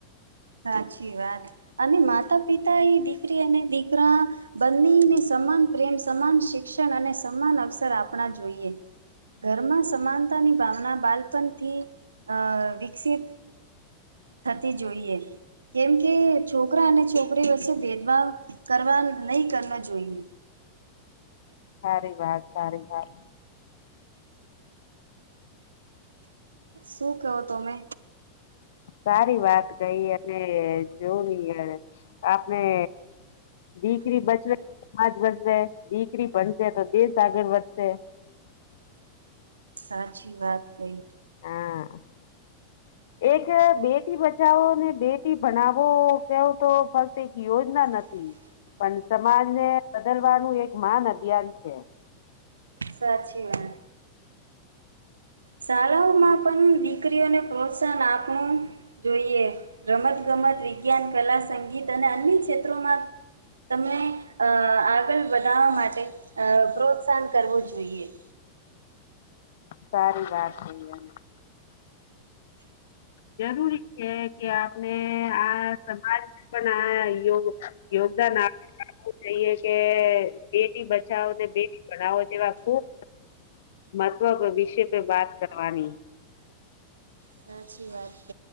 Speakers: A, on the right; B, on the left.
A: સાચી વાત અને માતા પિતા એ દીકરી અને દીકરા બંનેને સમાન પ્રેમ સમાન શિક્ષણ અને સમાન અવસર આપણા જોઈએ. ઘરમાં સમાનતાની ભાવના બાળપણથી અ વિકસિત થતી જોઈએ. કેમ કે છોકરા અને છોકરી વચ્ચે ભેદભાવ કરવા નહી કરવા જોઈએ.
B: સારી વાત સારી વાત
A: શું કહો તમે
B: સારી વાત કઈ અને જોવી આપણે. દીકરી બચવે સમાજ વધવે દીકરી ભનશે તો દેશ આગળ વધશે
A: સાચી વાત કહી.
B: હા એક બેટી બચાવો ને બેટી ભણાવો કેવું તો ફક્ત એક યોજના નથી. પણ સમાજ ને બદલવાનું એક મહાન અભિયાન છે.
A: સાચી વાત શાળાઓમાં પણ દીકરીઓને પ્રોત્સાહન આપણું જોઈએ રમત ગમત વિજ્ઞાન કલા સંગીત અને અન્ય ક્ષેત્રોમાં તમને આગળ વધનાવા માટે પ્રોત્સાહન કરવું જોઈએ
B: સારી વાત છે એ જરૂરી છે કે આપણે આ સમાજ. પણ આ યોગ યોગદાન આપ જઈએ કે બેટી બચાવો બેટી પઢાવો તેવા ખુબ મહત્વ વિશે પ વાત કરવાની
A: સાચી વાત ક